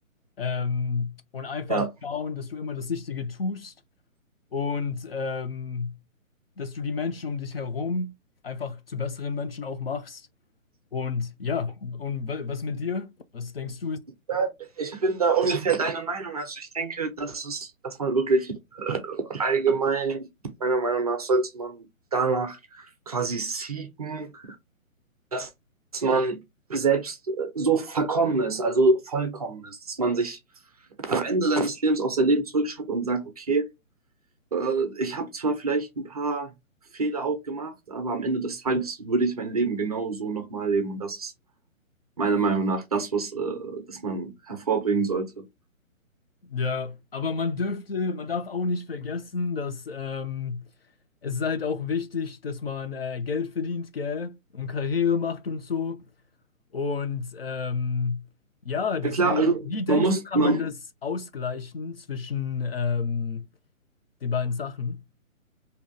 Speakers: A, on the left; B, on the right.
A: ähm, und einfach
B: ja,
A: schauen, dass du immer das Richtige tust und ähm, dass du die Menschen um dich herum einfach zu besseren Menschen auch machst und ja, und wa- was mit dir? Was denkst du ist
B: Ja, ich bin da ungefähr deiner Meinung. Also ich denke, dass es, dass man wirklich äh, allgemein, meiner Meinung nach, sollte man danach quasi seeken, dass man selbst äh, so verkommen ist, also vollkommen ist, dass man sich am Ende seines Lebens aufs Leben zurückschaut und sagt, okay, Äh, ich habe zwar vielleicht ein paar Fehler auch gemacht, aber am Ende des Tages würde ich mein Leben genau so nochmal leben. Und das ist meiner Meinung nach das, was äh, das man hervorbringen sollte.
A: Ja, aber man dürfte, man darf auch nicht vergessen, dass ähm, es ist halt auch wichtig, dass man äh, Geld verdient, gell? Und Karriere macht und so. Und ähm, ja, deswegen,
B: Ja klar, also
A: wie denkst
B: man muss
A: du, kann
B: man,
A: man das ausgleichen zwischen ähm, den beiden Sachen?